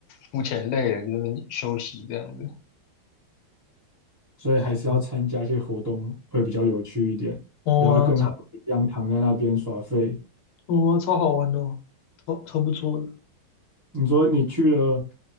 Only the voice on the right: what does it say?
所以还是要参加一些活动会比较有趣一点，
不要跟他们一样躺在那边耍废。
你说你去了